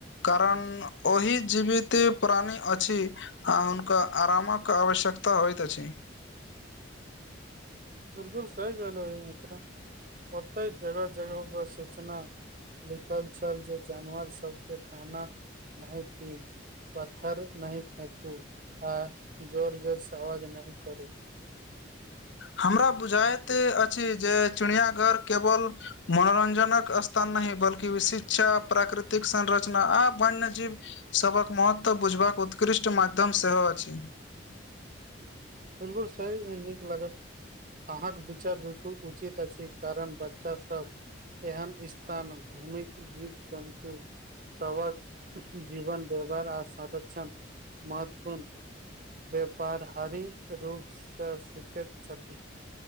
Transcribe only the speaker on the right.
बिल्कुल सही कहल होइ मित्र कते जगह जगह पर सूचना लिखल छै जानवर सबके खाना नहिति पत्थर नहीं फेकू आ जोर जोरसँवाज नहि करू <unintelligible>
बिल्कुल सही नीक लागत अहाँके विचार बिल्कुल उचित अछि कारण बच्चास सब एहन स्थान घूम के जीव जन्तु सबक जीवन व्यवहार आ संरक्षण महत्वपूर्ण व्यापार हरी रूपसँ सीखैत छथिन